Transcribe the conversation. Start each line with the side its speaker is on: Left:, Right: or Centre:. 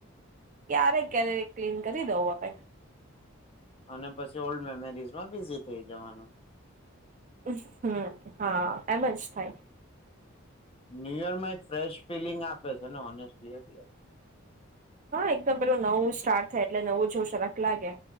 Right: ક્યારે ક્યારે ક્લીન કરી દઉં આપડે.
Left: અને પછી ઓલ્ડ મેમરીઝ માં બિઝી થઈ જવાનું.
Right: હમ હા એમ જ થાય.
Left: ન્યુ ઈયર માં એક ફ્રેશ ફિલિંગ આપે છે ને ઓનેસ્ટલી એટલે
Right: હા એકદમ પેલું નવું સ્ટાર્ટ થાય એટલે નવું જો સર લાગે